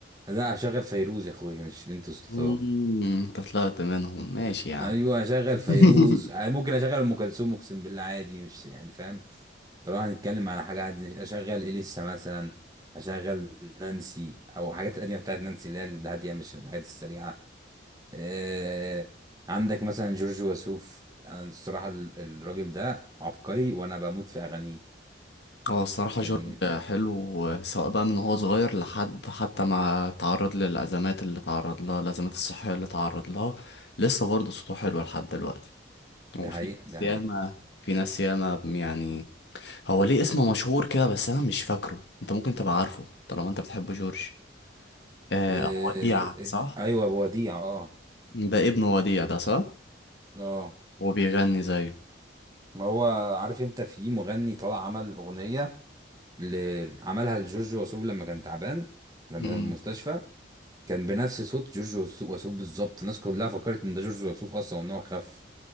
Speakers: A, on the right; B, on the left.
A: لا هشغل فيروز يا اخويا مش بنت سلطان
B: مم، انت طلعت منهم ماشي يا عم
A: ايوه اشغل
B: <laughs>
A: فيروز آه، ممكن اشغل ام كلثوم اقسم بالله عادي مش يعني فاهم طالما هنتكلم على حاجه هادية، اشغل اليسا مثلا اشغل نانسي او حاجات قديمه بتاعت نانسي اللي هي الهاديه مش الحاجات السريعه آه عندك مثلا جورج وسوف انا الصراحه ال- الراجل ده عبقري وانا بموت في اغانيه
B: هو الصراحة
A: فاهمني
B: جورج حلو سواء بقى من وهو صغير لحد حتى ما تعرض للأزمات اللي تعرض لها الأزمات الصحية اللي تعرض لها لسه برضه صوته حلو لحد دلوقتي
A: ده
B: وفي
A: حقيقه
B: ناس
A: ده
B: ياما
A: حقيقه
B: في ناس ياما يعني هو ليه اسمه مشهور كده بس انا مش فاكره انت ممكن تبقى عارفه طالما انت بتحب جورج آه
A: آه
B: أبو وديع
A: آه،
B: صح
A: ايوه بوديع اه
B: ده ابن وديع ده صح
A: اه
B: وبيغني زيه
A: ما هو عارف انت في مغني طلع عمل اغنيه اللي عملها لجورج وسوف لما كان تعبان لما
B: مم.
A: كان في المستشفى كان بنفس صوت جورج وس- وسوف بالظبط الناس كلها فكرت ان ده جورج وسوف اصلا وان هو خف